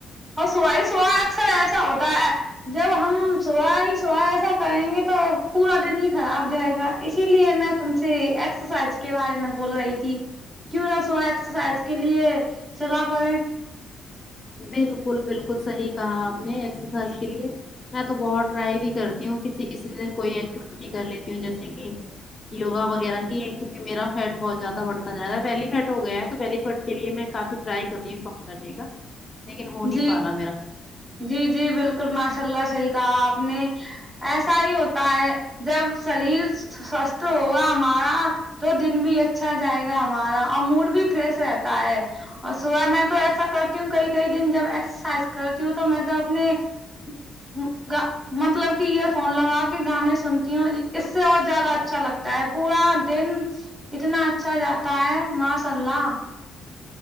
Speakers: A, on the right (about 20°); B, on the left (about 35°).
A: اور صبح ہی صبح اکثر ایسا ہوتا ہے جب ہم صبح ہی صبح ایسا کریں گے تو پورا دن ہی خراب جائے گا اسی لیے میں تو تم سے ایکسرسائز کے بارے میں بول رہی تھی کیوں نہ صبح ایکسرسائز کے لیے چلا کریں
B: بالکل بالکل صحیح کہا آپ نے ایکسرسائز کے لیے میں تو بہت ٹرائی بھی کرتی ہوں کسی کسی کی کوئی ایکٹیوٹی کر لیتی ہوں جیسے کہ یوگا وغیرہ کی ہے کیونکہ کہ میرا فٹ بہت زیادہ بڑھتا جا رہا ہے بیلی فیٹ ہو گیا ہے تو بیلی فٹ کے لیے میں کافی ٹرائی کر رہی <unintelligible> کرنے کا لیکن ہو نہیں
A: جی
B: پا رہا میرا
A: جی جی بالکل ماشاء اللہ صحیح کہا آپ نے ایسا ہی ہوتا ہے جب شریر سوستھ ہوگا ہمارا تو دن بھی اچھا جائے گا ہمارا اور موڈ بھی فریش رہتا ہے اور صبح میں تو ایسا کرتی ہوں کئی کئی دن جب ایکسرسائز کرتی ہوں تو میں تو اپنے ہوں گا مطلب کہ ایئر فون لگا کے گانے سنتی ہوں اس سے اور زیادہ اچھا لگتا ہے پورا دن اتنا اچھا جاتا ہے ماشاء اللہ